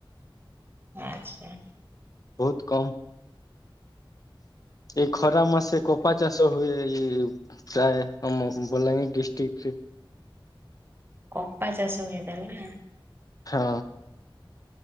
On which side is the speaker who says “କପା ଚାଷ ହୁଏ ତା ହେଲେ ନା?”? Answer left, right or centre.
Right